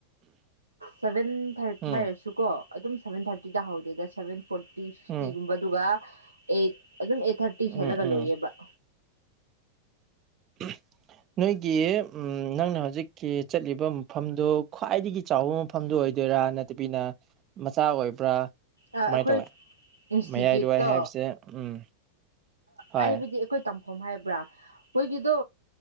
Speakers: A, on the right; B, on the right.
A: ꯁꯚꯦꯟ ꯊꯥꯔꯇꯤ
B: ꯎꯝ
A: ꯍꯥꯏꯔꯁꯨꯀꯣ ꯑꯗꯨꯝ ꯁꯚꯦꯟ ꯊꯥꯔꯇꯤꯗ ꯍꯧꯗꯦꯗ ꯁꯚꯦꯟ ꯐꯣꯔꯇꯤ ꯐꯤꯐꯇꯤꯒꯨꯝꯕ
B: ꯎꯝ
A: ꯑꯗꯨꯒ ꯑꯩꯠ ꯑꯗꯨꯝ ꯑꯩꯠ ꯊꯥꯔꯇꯤ
B: ꯎꯝ
A: ꯈꯦꯠꯂꯒ
B: ꯎꯝ
A: ꯂꯣꯏꯌꯦꯕ
B: <inaudible> ꯅꯣꯏꯒꯤ ꯎ ꯅꯪꯅ ꯍꯧꯖꯤꯛꯀꯤ ꯆꯠꯂꯤꯕ ꯃꯐꯝꯗꯨꯣ ꯈ꯭ꯋꯥꯏꯗꯒꯤ ꯆꯥꯎꯕ ꯃꯐꯝ ꯃꯐꯝꯗꯨ ꯑꯣꯏꯗꯣꯏꯔꯥ ꯅꯠꯇꯕꯤꯅ ꯃꯆꯥ ꯑꯣꯏꯕ꯭ꯔꯥ
A: ꯑ
B: ꯀꯃꯥꯏꯅ
A: ꯑꯩꯈꯣꯏ
B: ꯇꯧꯋꯦ
A: ꯏꯟꯁꯇꯤꯇ꯭ꯌꯨꯠꯇꯣ
B: ꯃꯌꯥꯏꯗꯋꯥꯏ ꯍꯥꯏꯕꯁꯦ ꯎꯝ ꯍꯣꯏ
A: ꯍꯥꯏꯕꯗꯤ ꯑꯩꯈꯣꯏ ꯇꯝꯐꯝ ꯍꯥꯏꯕ꯭ꯔꯥ ꯃꯈꯣꯏꯒꯤꯗꯣ